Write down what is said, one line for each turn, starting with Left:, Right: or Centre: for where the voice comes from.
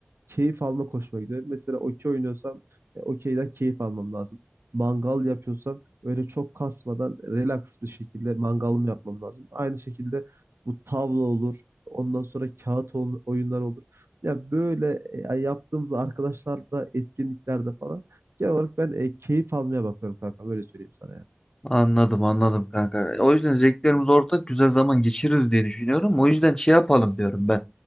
Right: keyif alma hoşuma gidiyor. Mesela okey oynuyorsam e, okeyden keyif almam lazım. Mangal yapıyorsam öyle çok kasmadan relax bir şekilde mangalımı yapmam lazım. Aynı şekilde bu tavla olur. Ondan sonra kağıt oyun- oyunlar olur. Ya böyle e, yani yaptığımız arkadaşlarla etkinliklerde falan genel olarak ben e, keyif almaya bakıyorum kanka. Böyle söyleyeyim sana yani.
Left: Anladım anladım kanka. E, O yüzden zevklerimiz ortak güzel zaman geçiririz diye düşünüyorum. O yüzden şey yapalım
Right: Kesinlikle.
Left: diyorum ben.